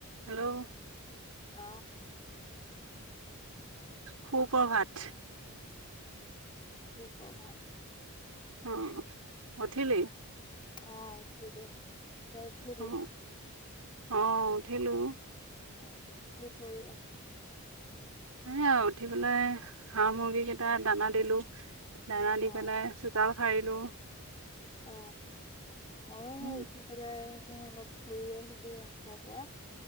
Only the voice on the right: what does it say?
Hello অ'
সু প্ৰভাত।
অ' উঠিলি।
অ অ' উঠিলো।
সে আও উঠি পেলাই হাঁহ মুৰ্গী কেইটা দানা দিলো। দানা দি
পেলাই, চোতল হাৰিলোঁ।
উম